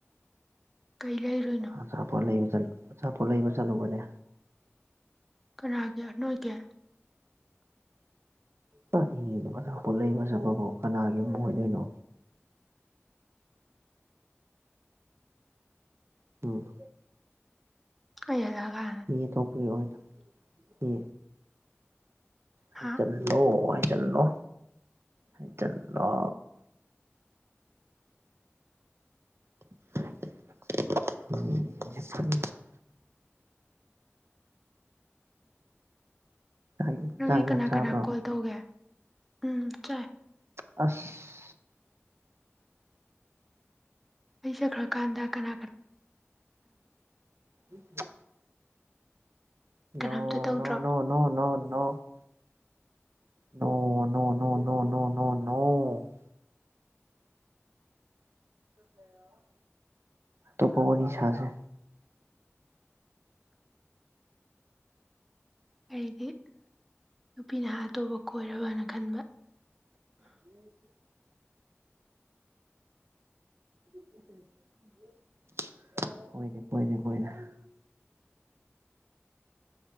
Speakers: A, in the centre; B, on the right.
A: ꯀꯩ ꯂꯩꯔꯨꯏꯅꯣ
B: ꯑꯆꯥꯄꯣꯠ ꯂꯩꯕꯂ ꯑꯆꯥꯄꯣꯠ ꯂꯩꯕ ꯆꯠꯂꯨꯕꯅꯦ
A: ꯀꯅꯥꯒꯤ ꯅꯣꯏꯒꯤ
B: ꯄ ꯏꯅꯣ ꯐꯖ ꯄꯠꯂꯛꯏ ꯐꯖꯕꯕꯨ ꯀꯅꯥꯒꯤ ꯑꯃꯨꯛ ꯑꯣꯏꯗꯣꯏꯅꯣ ꯎꯝ
A: ꯀ ꯌꯥꯂꯒ
B: ꯃꯤ ꯑꯇꯣꯞꯄꯒꯤ ꯑꯣꯏꯅ ꯌꯦ ꯍꯥꯏꯖꯜꯂꯣ
A: ꯍꯥ
B: ꯍꯥꯏꯖꯟꯂꯣ ꯍꯥꯏꯖꯜꯂꯣ <unintelligible> ꯆꯥꯛ
A: ꯅꯪꯒꯤ
B: ꯆꯥꯛ
A: ꯀꯅꯥ
B: ꯌꯥꯝ ꯆꯥꯕ꯭ꯔꯣ
A: ꯀꯅꯥ ꯀꯣꯜ ꯇꯧꯒꯦ ꯎꯝ ꯆꯥꯏ
B: ꯑꯁ
A: ꯑꯩ ꯆꯠꯈ꯭ꯔ ꯀꯥꯟꯗ ꯀꯅꯥ ꯀꯅꯥ
B: ꯎꯝ <unintelligible>
A: ꯀꯅꯥꯝꯇ ꯇꯧꯗ꯭ꯔꯣ
B: <unintelligible> <inaudible> ꯑꯇꯣꯞꯄ ꯋꯥꯔꯤ ꯁꯥꯥꯁꯦ
A: ꯑꯩꯗꯤ ꯅꯨꯄꯤ ꯅꯍꯥ ꯑꯇꯣꯕ ꯀꯣꯏꯔꯕꯅ ꯈꯟꯕ
B: <inaudible> <inaudible> <inaudible> ꯀꯣꯏꯗꯦ ꯀꯣꯏꯗꯦ ꯀꯣꯏ <unintelligible>